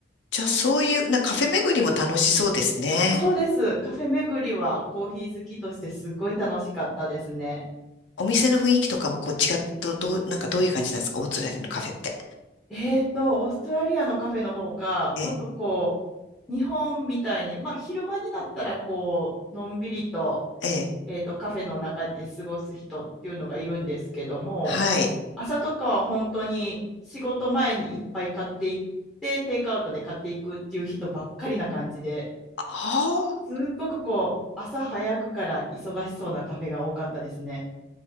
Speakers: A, on the left; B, in the centre.
A: じゃあ、そういう、な、カフェ巡りも楽しそうですね。
B: そうです。カフェ巡りはコーヒー好きとしてすごい楽しかったですね。
A: お店の雰囲気とかもこう違っ、ど、どう、なんかどういう感じなんですかオーストラリアのカフェって。
B: えーと、オーストラリアのカフェの方が、
A: ええ、
B: もっとこう、日本みたいに、まあ、昼間になったら、こう、のんびりと、
A: ええ、
B: えーと、カフェの中で過ごす人っていうのがいるんですけども、
A: はい。
B: 朝とかは本当に仕事前にいっぱい買っていって、テイクアウトで買っていくっていう人ばっかりな感じで、
A: ああ、
B: すっごくこう、朝早くから忙しそうなカフェが多かったですね。